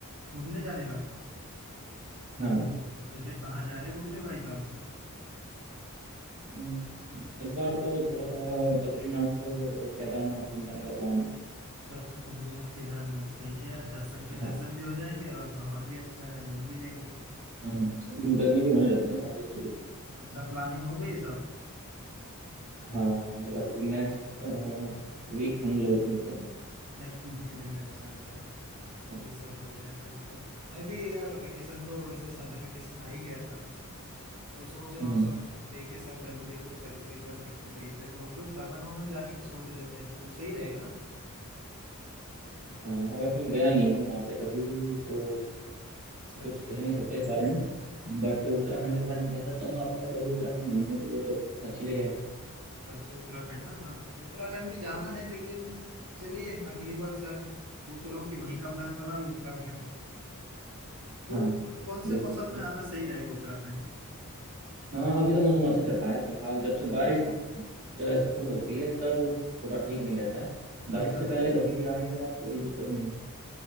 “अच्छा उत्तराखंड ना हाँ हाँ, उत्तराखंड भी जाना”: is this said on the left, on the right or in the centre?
Right